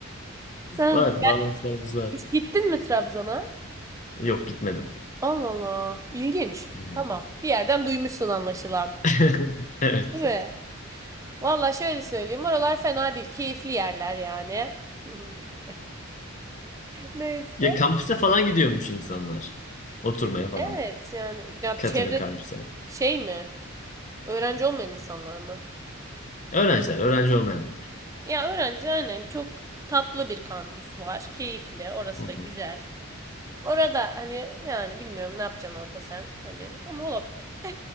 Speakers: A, on the right (about 15°); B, on the left (about 35°).
A: Sen
B: Var, bağlantılarımız var.
A: hiç gittin mi Trabzon'a?
B: Yok, gitmedim.
A: Allah Allah. İlginç.
B: Hı hı.
A: Tamam. Bir yerden duymuşsun anlaşılan.
B: <laughs> Evet.
A: Değil mi? Valla şöyle söyleyeyim. Oralar fena değil. Keyifli yerler yani. <laughs> Neyse.
B: Ya kampüse falan gidiyormuş insanlar. Oturmaya falan.
A: Evet yani. Ya
B: Katını
A: çevre
B: kampüse.
A: şey mi? Öğrenci olmayan insanlar mı?
B: Öğrenciler, öğrenci olmayanlar.
A: Ya öğrenci aynen çok tatlı bir kampüs var. Keyifli. Orası
B: Hı hı.
A: da güzel. Orada hani yani bilmiyorum ne yapacaksın orada sen. Hani ama olabilir.